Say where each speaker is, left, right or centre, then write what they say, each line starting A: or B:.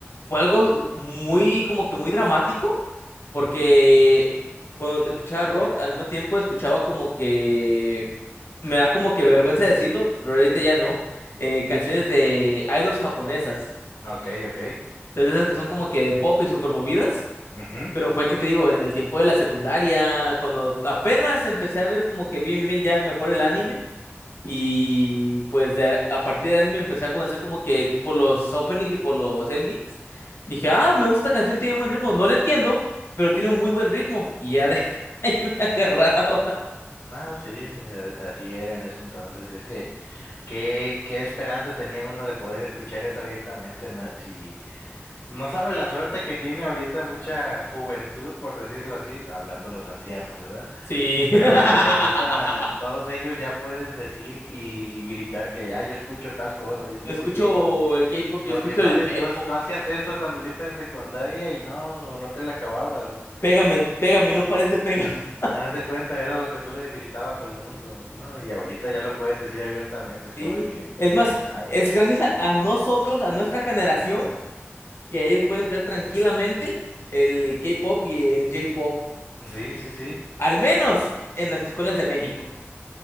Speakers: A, on the left; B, on the left.
A: fue algo muy, como que muy dramático, porque cuando escuchaba rock, al mismo tiempo escuchaba como que me da como que vergüenza decirlo, pero ahorita ya no, eh, canciones de idols japonesas.
B: Ok, ok.
A: Entonces, esas que son como que de pop y súper movidas,
B: Ujú.
A: pero fue que te digo, en el tiempo de la secundaria, cuando apenas empecé a ver como que bien, bien, ya mejor el anime. Y pues de- a partir del anime empecé a conocer como que por los openings y por los endings. Dije, ah, me gusta esta canción, tiene buen ritmo. No la entiendo, pero tiene un muy buen ritmo. Y ya de <laughs> ahí me agarraba.
B: No, sí, sí, a- así era en ese entonces. Y es que, ¿qué, qué esperanza tenía uno de poder escuchar eso abiertamente? ¿no? Si No sabe la suerte que tiene ahorita mucha juventud, por decirlo así, hablando los ancianos, ¿verdad?
A: Sí.
B: Pero
A: <laughs>
B: de que ahorita todos ellos ya pueden decir y gritar que, ah, yo escucho tal cosa, yo escucho
A: Yo escucho
B: K-pop.
A: el K-pop,
B: Es como
A: yo escucho
B: que, vale,
A: el J-pop.
B: tú, has- tú hacías eso cuando yo estaba en secundaria y no, no te la acababas.
A: Pégame, pégame, no pares de pegar. <laughs>
B: Haz de cuenta, era lo que tú le gritabas al mundo, ¿no? Y ahorita ya lo pueden decir abiertamente, es
A: Sí.
B: como que,
A: Es más,
B: de nada.
A: es gracias a, a nosotros, a nuestra generación, que ellos pueden escuchar tranquilamente el K-pop y el J-pop.
B: Sí, sí, sí.
A: Al menos en las escuelas de México.